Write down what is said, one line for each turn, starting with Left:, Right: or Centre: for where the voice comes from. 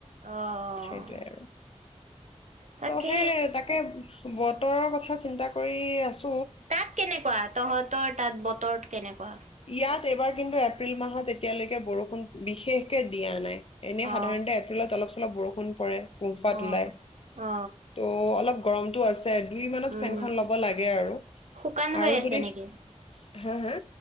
Right: অ'
Left: সেইটোৱে আৰু
Right: তাকে
Left: ত' সেই তাকে, বতৰৰ কথা চিন্তা কৰি আছোঁ
Right: তাত কেনেকুৱা? তহঁতৰ তাত বতৰ কেনেকুৱা?
Left: ইয়াত এইবাৰ কিন্তু এপ্ৰিল মাহত, এতিয়ালৈকে, বৰষুণ বিশেষকে দিয়া নাই। এনেই
Right: অ
Left: সাধাৰণতে এপ্ৰিলত অলপ অলপ বৰষুণ পৰে কোহপাত
Right: অ
Left: ওলাই
Right: অ
Left: ত অলপ গৰমটো আছে দে দুই মানত
Right: উম
Left: ফেনখন লব লাগে আৰু
Right: শুকান হৈ
Left: আৰু
Right: আছে
Left: যদি
Right: নেকি
Left: হা হা